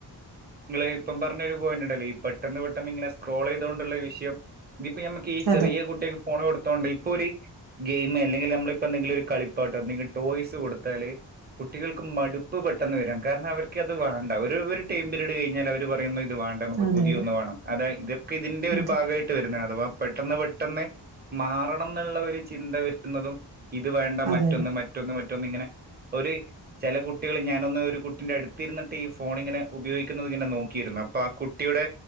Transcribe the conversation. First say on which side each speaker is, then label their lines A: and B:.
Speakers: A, on the right; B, on the right.
A: ഇങ്ങള് ഇപ്പം പറഞ്ഞൊരു പോയിന്റ്ണ്ടല്ലൊ ഈ പെട്ടന്ന് പെട്ടന്ന് ഇങ്ങനെ സ്ക്രോളയ്തേണ്ടുള്ള വിഷയം ഇതിപ്പൊ ഞമ്മക്ക് ഈ ചെറിയകുട്ടിക്ക്
B: അതെ
A: ഫോണ് കൊടുത്തോണ്ട് ഇപ്പൊര് ഗെയിമ് അല്ലെങ്കിൽ നമ്മളിപ്പ എന്തെങ്കിലും ഒരു കളിപ്പാട്ടം എന്തെങ്കിലിൽ ടോയ്സ് കൊടുത്താല് കുട്ടികൾക്ക് മട്പ്പ് പെട്ടെന്ന് വരാം കാരണം അവർക്ക് അത് വേണ്ട ഒരു ഒരു ടൈം പിരട് കഴിഞ്ഞാൽ അവര് പറയുന്ന ഇത് വേണ്ട നമുക്ക്
B: അതെ
A: പുതിയൊന്ന്
B: അതെ
A: വേണം അതെ ഇതൊക്കെ ഇതിന്റെ ഒരു
B: അതെ
A: ഭാഗമായി ട്ട് വരുന്നതാ അഥവാ പെട്ടന്ന് പെട്ടന്ന് മാറണംന്ന്ള്ളൊരു ചിന്ത വര് ന്നതും ഇത് വേണ്ട
B: അതെ
A: മറ്റൊന്ന്
B: അതെ
A: മറ്റൊന്ന് മറ്റൊന്ന് ഇങ്ങനെ ഒര് ചെല കുട്ടികൾ ഞാനൊന്ന് ഒരു കുട്ടിന്റെ അടുത്തിരുന്നട്ട് ഈ ഫോണിങ്ങനെ ഉപയോഗിക്കുന്നത്ങ്ങനെ നോക്കിയിരുന്നു അപ്പൊ ആ കുട്ടിയുടെ